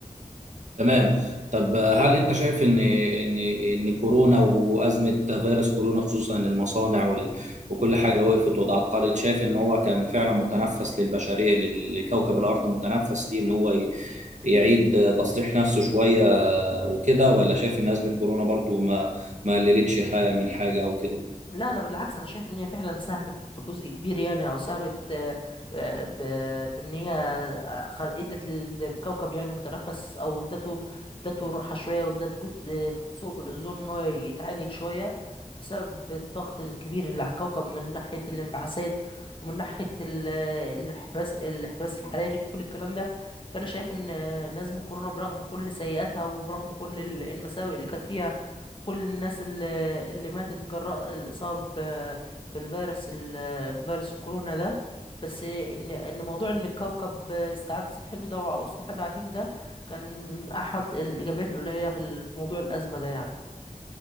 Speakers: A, on the right (about 55°); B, on the left (about 35°).
A: تمام طب هل انت شايف ان ان ان كورونا وازمه فيروس كورونا خصوصا المصانع وال- وكل حاجه وقفت وتعطلت شايف ان هو كان فعلا متنفس للبشريه لكوكب الارض متنفس ليه ان هو ي- يعيد تصليح نفسه شويه وكده ولا شايف ان ازمه كورونا برضو ما ما قللتش حاجه من حاجه او كده
B: لا انا بالعكس انا شايف ان هي فعلا ساهمت بجزء كبير يعني او ساهمت آه، آه، ب- بان هي آه، خل- ادت للكوكب يعني متنفس او ادته ادته راحه شويه وادت جزء ثقب الاوزون ان هو يتعالج شويه بسبب الضغط الكبير اللي على الكوكب من ناحيه الانبعاثات ومن ناحيه ال- الانحباس الاحتباس الحراري كل الكلام ده فانا شايف ان آه، نزمه كورونا برغم كل سيئاتها وبرغم كل ال- المساوئ اللي كانت فيها كل الناس اللي, اللي ماتت جراء الإصابة ب- بالفيروس ال- فيروس الكورونا ده بس إن إن موضوع إن الكوكب استعاد صحته ده أو استعاد عافيته ده كان أحد الإيجابيات القليلة في ال- في موضوع الأزمة ده يعني